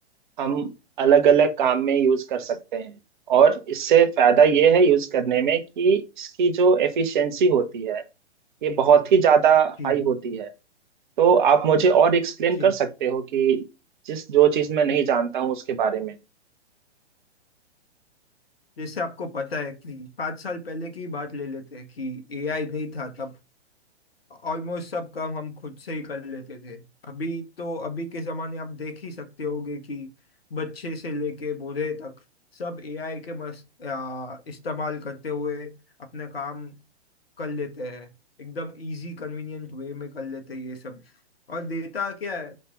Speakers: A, on the right; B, on the left.
A: हम अलग अलग काम में यूज कर सकते हैं और इससे फायदा ये है यूज करने में कि इसकी जो एफिशिएंसी होती है ये बहुत ही ज्यादा
B: जी
A: हाई होती है तो आप मुझे और एक्सप्लेन
B: जी
A: कर सकते हो कि जिस जो चीज मैं नहीं जानता हूँ उसके बारे में
B: जैसे आपको पता है कि पाँच साल पहले की बात ले लेते हैं कि एआई नहीं था तब ऑलमोस्ट सब काम हम खुद से ही कर लेते थे अभी तो अभी के जमाने आप देख ही सकते होंगे कि बच्चे से लेके बूढ़े तक सब एआई के मस आ, इस्तेमाल करते हुए अपने काम कर लेते हैं एकदम इजी कन्वीनियंट वे में कर लेते हैं ये सब और डेटा क्या है